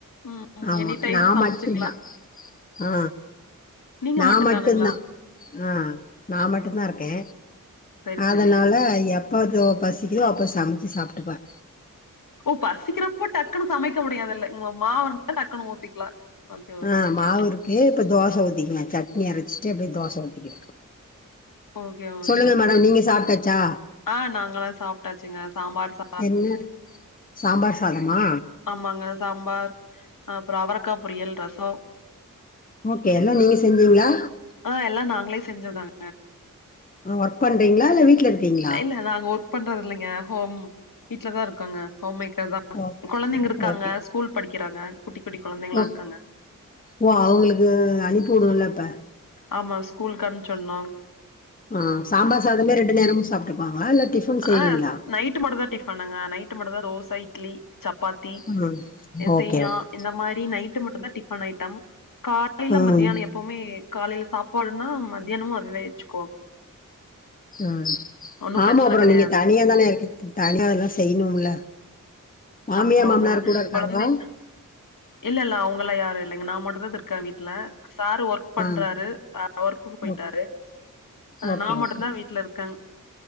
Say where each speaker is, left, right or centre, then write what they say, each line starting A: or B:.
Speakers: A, on the left; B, on the left.
A: ம்
B: ஆமா
A: எனி டைம்
B: நா
A: சமைச்சுக்கலா
B: மட்டுந்தா ஆ
A: நீங்க
B: நா
A: மட்டுந்தானுங்களா
B: மட்டுந்தா ஆ நா மட்டுந்தா இருக்கே
A: சரி
B: அதனால
A: சரி
B: எப்ப தோ பசிக்குதோ அப்ப சமைச்சு சாப்ட்டுப்ப
A: ஓ பசிக்கிறப்போ டக்குன்னு சமைக்க முடியாதுல்ல உ மாவுன்னா டக்குன்னு ஊத்திக்கலா ஓகே ஓகே
B: ஆ
A: ஓகே
B: மாவுருக்கு இப்ப தோச ஊத்திக்குவே சட்னி அரச்சிட்டு அப்டியே தோச ஊத்திக்கிடுவ
A: ஓகே ஓகே
B: சொல்லுங்கள்
A: ஓகே
B: மேடம் நீங்க சாப்ட்டாச்சா
A: ஆ நாங்கள்லா சாப்ட்டாச்சுங்க சாம்பார் ச
B: என்ன சாம்பார் சாதமா
A: ஆமாங்க சாம்பார் அ அப்றோ அவரக்கா பொரியல் ரசோ
B: ஓகே எல்லா நீங்க செஞ்சீங்ளா
A: ஆ எல்லா நாங்களே செஞ்சோதாங்
B: ஆ ஒர்க் பண்றீங்ளா இல்ல வீட்ல இருக்கீங்ளா
A: இல்ல நாங்க ஒர்க் பண்றது இல்லைங்க ஹோம் வீட்ல தா இருக்கோங்க ஹோம் மேக்கர் தா
B: ஓ
A: கொழந்தைங்க இருக்காங்க
B: ஓகே
A: ஸ்கூல் படிக்கிறாங்க குட்டி குட்டி கொழந்தைங்களா
B: ஓ
A: இருக்காங்க
B: ஓ அவுங்களுக்கு அனுப்பி உடனுல்ல அப்ப
A: ஆமா ஸ்கூலுக்கு அம்சொர்னு
B: ஆ சாம்பார் சாதமே ரெண்டு நேரமு சாப்ட்டுக்குவாங்களா இல்ல டிஃபன் செய்வீங்களா
A: ஆ நைட்டு மட்டுதா டிஃபனுங்க நைட்டு மட்டுதா தோச இட்லி சப்பாத் சே
B: ம்
A: சேமியா
B: ஓகே ஓகே
A: இந்த மாரி நைட்டு மட்டுதா டிஃபன் ஐட்டம் காலையில
B: ம்
A: மத்தியானோ எப்பவுமே காலையில சாப்பாடுன்னா மத்தியானமு அதுவே வச்சுக்குவோ
B: ம்
A: ஒன்னும்
B: ஆமா
A: பிரச்சன
B: அப்புறோ
A: கெடையாது.
B: நீங்க தனியா தான இருக்கு தனியா அதெல்லா செய்யணும்ல மாமியா
A: ஆமாங்க.
B: மாமனார் கூட இருக்காங்களா
A: கொழந்தைங்க இல்ல இல்ல அவுங்கள்லா யாரு இல்லைங்க நா மட்டு தா இருக்க வீட்ல சாரு ஒர்க் பண்றாரு‌
B: ஆ
A: அ ஒர்க்குக்கு போயிட்டாரு
B: ஓ
A: அ
B: ஓகே
A: நா மட்டுந்தா
B: ஓகே
A: வீட்ல இருக்கங்